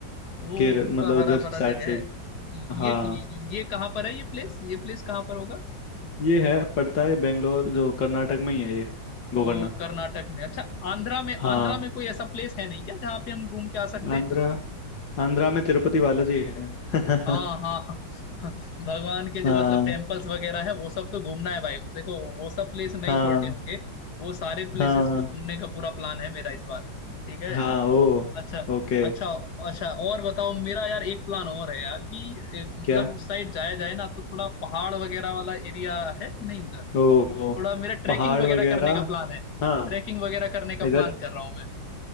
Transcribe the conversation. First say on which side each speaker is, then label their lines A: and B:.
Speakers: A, on the left (about 60°); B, on the left (about 75°).
A: वो
B: केरल
A: पूरा
B: मतलब
A: हरा
B: उधर
A: भरा
B: साइड
A: जगह
B: से
A: है
B: ही
A: ये
B: हाँ
A: ये, ये कहाँ पर है ये प्लेस ये प्लेस कहाँ पर होगा
B: ये है पड़ता है बेंगलोर जो कर्नाटक में ही है ये गोकर्णा
A: ओ कर्नाटक में अच्छा आंध्रा में
B: हाँ
A: आंध्रा में कोई ऐसा प्लेस है नहीं क्या जहाँ पे हम घूम के आ सकते हैं
B: आंध्रा आंध्रा में तिरुपति बालाजी है <laughs> हाँ
A: हाँ हाँ हाँ, हाँ। भगवान के जो
B: हाँ
A: मतलब टेम्पल्स वगैरह है वो सब तो घूमना है भाई देखो वो सब प्लेस नहीं
B: हाँ
A: छोड़ने होंगे वो सारे प्लेसेस
B: हाँ
A: पे घूमने का पूरा प्लान है मेरा इस बार ठीक है
B: हाँ ओ
A: अच्छा
B: ओके
A: अच्छा अच्छा और बताओ मेरा यार एक प्लान और है यार कि ए, मतलब
B: क्या
A: उस साइड जाया जाए ना तो थोड़ा पहाड़ वगैरह वाला एरिया है कि नहीं उधर
B: ओ
A: थोड़ा मेरा ट्रैकिंग
B: पहाड़
A: वगैरह
B: वगैरह
A: करने का प्लान है
B: हाँ
A: ट्रैकिंग वगैरह करने का
B: इधर
A: प्लान कर रहा हूँ मैं